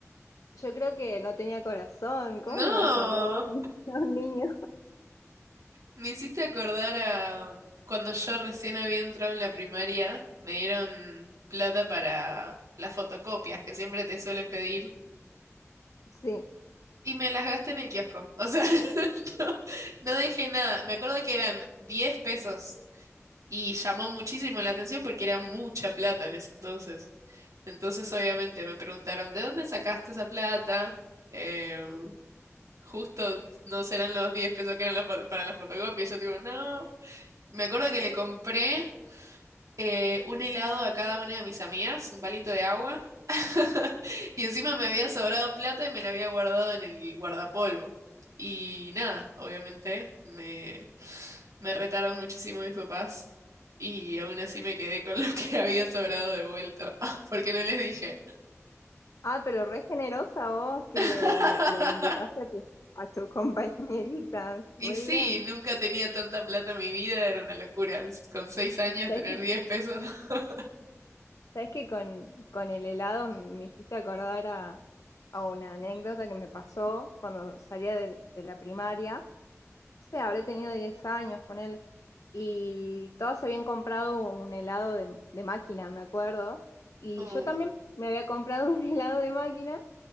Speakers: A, on the left; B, on the right.
A: Yo creo que no tenía corazón. ¿Cómo
B: No.
A: le vas a robar a un <laughs> a un niño?
B: Me hiciste acordar a cuando yo recién había entrado en la primaria, me dieron plata para las fotocopias que siempre te suelen pedir
A: Sí.
B: y me las gasté en el kiosco. O sea, <laughs> no, no dejé nada. Me acuerdo que eran 10 pesos y llamó muchísimo la atención porque era mucha plata en ese entonces. Entonces, obviamente, me preguntaron, ¿de dónde sacaste esa plata? Eh, justo no serán los 10 pesos que eran la fo- para las fotocopias. Yo digo, no. Me acuerdo que le compré eh, un helado a cada una de mis amigas, un palito de agua, <laughs> y encima me había sobrado plata y me la había guardado en el guardapolvo. Y nada, obviamente me, me retaron muchísimo mis papás y aún así me quedé con lo que <laughs> había sobrado devuelto, <laughs> porque no les dije.
A: Ah, pero re generosa vos que
B: <laughs>
A: le, le- le invitaste a tu, a tu compañerita.
B: Y
A: Re
B: sí,
A: bien.
B: nunca tenía tanta plata en mi vida, era una locura. Con seis años
A: ¿Sabés
B: tener
A: que,
B: diez pesos. <laughs>
A: sabés que con, con el helado me hiciste acordar a, a una anécdota que me pasó cuando salía de de la primaria? sé, habré tenido 10 años, ponele. Y todas habían comprado un helado de, de máquina, me acuerdo. Y
B: Uh,
A: yo también me había comprado <laughs> un helado de máquina.